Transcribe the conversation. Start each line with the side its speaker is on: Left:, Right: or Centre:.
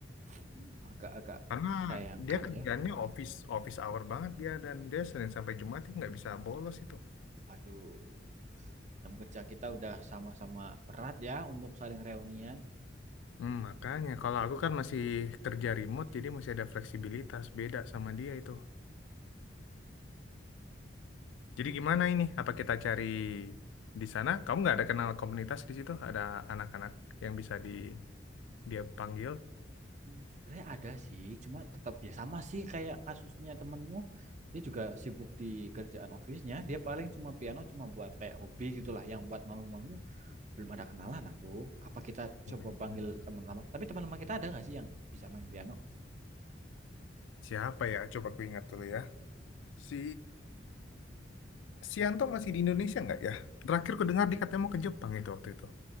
Right: Hmm, agak-agak
Left: karena
Right: disayangkan
Left: dia kerjanya
Right: ya.
Left: office office hour banget dia dan dia Senin sampai Jumat dia nggak bisa bolos itu.
Right: Waduh, jam kerja kita udah sama-sama berat ya untuk saling reunian.
Left: Hmm, makanya kalau aku kan masih kerja remote jadi masih ada fleksibilitas beda sama dia itu. Jadi gimana ini? Apa kita cari di sana? Kamu nggak ada kenal komunitas di situ? Ada anak-anak yang bisa di dia panggil?
Right: Hmm, sebenarnya ada sih, cuma tetap ya sama sih kayak kasusnya temenmu. Dia juga sibuk di kerjaan office-nya. Dia paling cuma piano, cuma buat kayak hobi gitulah, yang buat manggung-manggung belum ada kenalan aku. Apa kita coba
Left: Nggak ada.
Right: panggil teman lama? Tapi teman lama kita ada nggak sih yang bisa main piano?
Left: Siapa ya? Coba aku ingat dulu ya. Si Sianto masih di Indonesia nggak ya? Terakhir ku dengar dia katanya mau ke Jepang itu waktu itu.